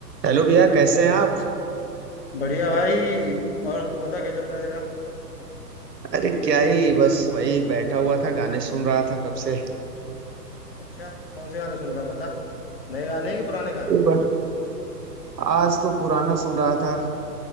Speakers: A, on the right; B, on the left.
A: Hello भैया कैसे हैं आप
B: बढ़िया भाई और तू बता क्या चल रहा है तेरा
A: अरे क्या ही बस वही बैठा हुआ था गाने सुन रहा था कब से
B: अच्छा कौन से गाने सुन रहा है बता नए गाने हैं कि पुराने गाने
A: ये
B: हैं
A: बस आज तो पुराना सुन रहा था